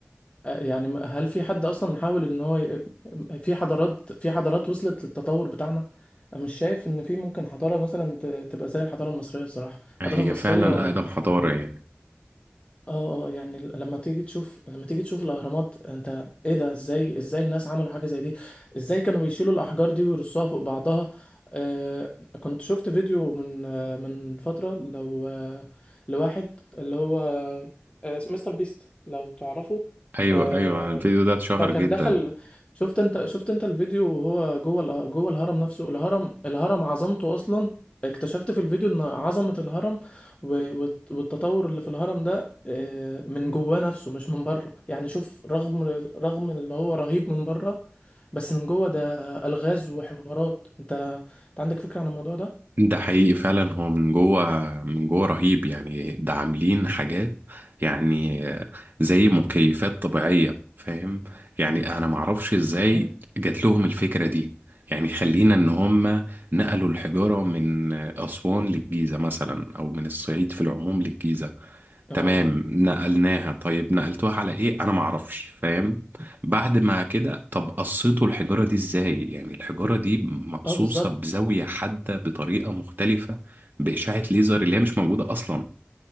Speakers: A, on the left (about 30°); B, on the right (about 50°).
A: آه، يعني هل في حد اصلا حاول ان هو ي... في حضارات في حضارات وصلت للتطور بتاعنا أنا مش شايف ان في ممكن حضاره مثلا ت- تبقى زي الحضاره المصريه الصراحه الحضاره
B: هي
A: المصريه
B: فعلا أقدم حضارة يعني
A: اه اه يعني ال- لما تيجي تشوف لما تيجي تشوف الاهرامات انت ايه ده ازاي ازاي الناس عملوا حاجه زي دي ازاي كانوا بيشيلوا الاحجار دي ويرصوها فوق بعضها آه كنت شفت فيديو من آه من فتره لو آه لواحد اللي هو آه مستر بيست لو تعرفه
B: أيوة
A: آه
B: أيوة الفيديو ده اتشهر
A: ده كان
B: جدا
A: دخل شفت انت شفت انت الفيديو وهو جوه الأ- جوه الهرم نفسه الهرم الهرم عظمته اصلا اكتشفت في الفيديو ان عظمه الهرم و- والت- والتطور اللي في الهرم ده آه، من جواه نفسه مش من بره يعني شوف رغم رغم اللي هو رهيب من بره بس من جوه ده ألغاز وحوارات انت انت عندك فكرة عن الموضوع ده
B: ده حقيقي فعلا هو من جوه من جوه رهيب يعني ده عاملين حاجات يعني زي مكيفات طبيعية فاهم يعني أنا معرفش إزاي
A: اه
B: جات لهم الفكرة دي يعني خلينا إن هم نقلوا الحجارة من أسوان للجيزة مثلا أو من الصعيد في العموم للجيزة
A: اه
B: تمام نقلناها طيب نقلتوها على ايه انا معرفش فاهم بعد ما كده طب قصيتوا الحجارة دي ازاي يعني الحجارة دي مقصوصة
A: آه، بالظبط
B: بزاوية حادة بطريقة مختلفة بإشعة ليزر اللي هي مش موجودة أصلا